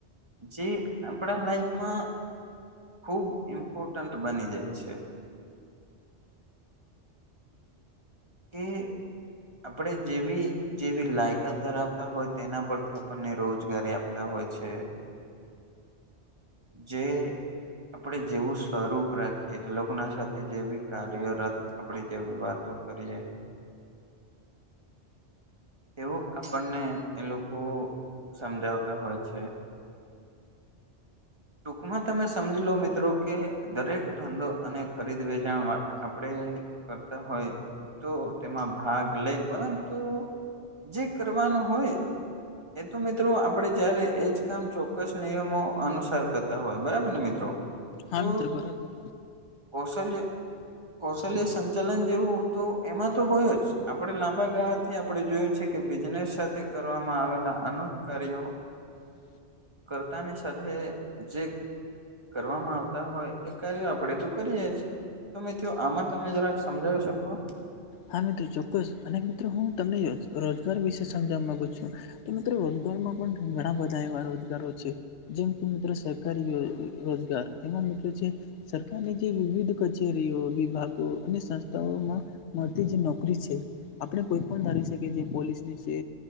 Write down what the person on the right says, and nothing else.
જે આપણા લાઈફમાં ખૂબ ઇમ્પોર્ટન્ટન્ટ બની જાય છે. કે આપણે જેવી જેવી લાયકાત ધરાવતા હોય તેના પરથી આપણને રોજગારી આપતા હોય છે. જે. આપણેે જેવું સ્વરૂપ રાખીએ એ લોકો ના સાથે જેવી કાર્યરત આપડી જેવી વાતો કરીએ. એવો આપણને એ લોકો સમજાવતા હોય છે. ટૂંકમાં તમે સમજી લો મિત્રો કે દરેક ધંધો અને ખરીદ વેચાણમાં આપણે કરતા હોય તો તેમાં ભાગ લે પરંતુ જે કરવાનું હોય એ તો મિત્રો આપડે જયારે એજ કામ ચોક્કસ નિયમો અનુસાર કરતા હોય બરાબર ને મિત્રો
તો
કૌશલ્ય કૌશલ્ય સંચાલન જેવું તો એમાં તો હોય જ આપડણે લાંબા ગાળાથી આપડણે જોયું છે કે બિઝનેસ સાથે કરવામાં આવેલા અનોક કાર્યો
કરતાની સાથે જે કરવામાં આવતા હોય એ કાર્યો આપણેે તો કરીએ. તો મિત્રો આમાં તમે જરાક સમજાવી શકો.